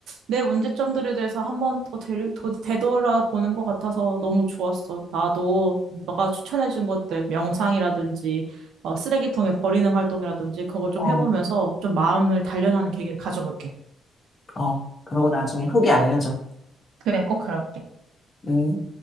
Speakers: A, on the right (about 80°); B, on the left (about 30°).
A: 내 문제점들에 대해서 한번 더 되려- 더 되돌아보는 것 같아서 너무 좋았어. 나도
B: 음.
A: 너가 추천해준 것들, 명상이라든지 어, 쓰레기통에 버리는 활동이라든지 그걸 좀
B: 어,
A: 해보면서 좀 마음을 단련하는 계기를 가져볼게.
B: 어. 그러고 나중에 후기 알려줘.
A: 그래, 꼭 그럴게.
B: 음.